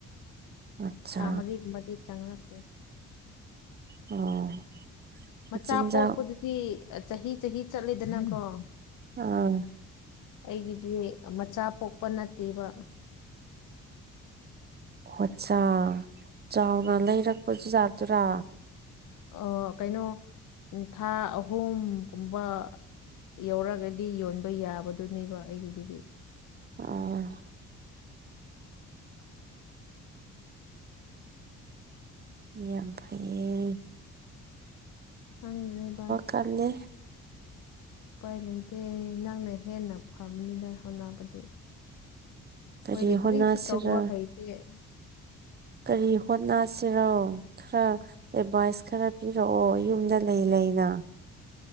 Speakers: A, on the right (about 35°); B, on the left (about 80°).
A: ꯑꯠꯆꯥ
B: ꯊꯥ ꯃꯔꯤꯒꯨꯝꯕꯗꯤ ꯆꯪꯅꯈ꯭ꯔꯦ
A: ꯑꯣ
B: ꯃꯆꯥ
A: ꯃꯆꯤꯟꯖꯥꯛ
B: ꯄꯣꯛꯄꯗꯨꯗꯤ ꯆꯍꯤ ꯆꯍꯤ ꯆꯠꯂꯦꯗꯅꯀꯣ
A: ꯑꯣ
B: ꯑꯩꯒꯤꯗꯤ ꯃꯆꯥ ꯄꯣꯛꯄ ꯅꯠꯇꯦꯕ
A: ꯑꯠꯆꯥ ꯆꯥꯎꯅ ꯂꯩꯔꯛꯄꯁꯨ ꯌꯥꯥꯠꯇꯔꯥ
B: ꯑ ꯀꯩꯅꯣ ꯊꯥ ꯑꯍꯨꯝꯒꯨꯝꯕ ꯌꯧꯔꯒꯗꯤ ꯌꯣꯟꯕ ꯌꯥꯕꯗꯨꯅꯦꯕ ꯑꯩꯒꯤꯗꯨꯗꯤ
A: ꯑ ꯌꯥꯝ ꯐꯩ
B: ꯊꯪꯦ ꯁ
A: ꯀꯜꯂꯦ
B: ꯎꯄꯥꯏ ꯂꯩꯇꯦ ꯅꯪꯅ ꯍꯦꯟꯅ ꯐꯕꯅꯤꯅ ꯍꯣꯠꯅꯕꯗꯤ
A: ꯀꯔꯤ
B: ꯍꯣꯏꯗꯤ
A: ꯍꯣꯠꯅꯁꯤꯔ
B: ꯀꯔꯤꯁꯤ ꯇꯧꯕ ꯍꯩꯒꯦ
A: ꯀꯔꯤ ꯍꯣꯠꯅꯁꯤꯔꯣ ꯈꯔ ꯑꯦꯗꯚꯥꯏꯁ ꯈꯔ ꯄꯤꯔꯛꯑꯣ ꯌꯨꯝꯗ ꯂꯩ ꯂꯩꯅ